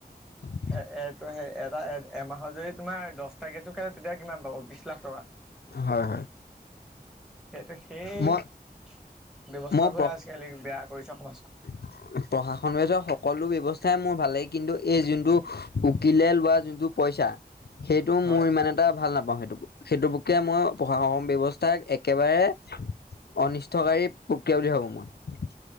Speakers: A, on the left; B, in the centre.
A: উ <inaudible>
B: এ এইটো সেই এটা এমাহৰ যদি তোমাৰ দহটা কেচো খেলে তেতিয়া কিমান পাব বিশ লাখ টকা।
A: হয়, হয়।
B: কিন্তু সেই
A: মই
B: ব্যৱস্থাবোৰহে
A: মই
B: আজিকালি বেয়া কৰিছে সমাজখন।
A: <inaudible> প্ৰশাসন লোৱা সকলো ব্য্ৱস্থাই মোৰ ভাল লাগে কিন্তু এই যোনটো উকিলে লোৱা যোনটো পইচা সেইটো
B: হয়
A: মোৰ মানে টা ভাল নাপাওঁ সেইটো, সেইটো প্ৰক্ৰিয়া মই প্ৰশাসন ব্যৱস্থাক একেবাৰে অনিষ্টকাৰী প্ৰক্ৰিয়া বুলি ভাবো মই।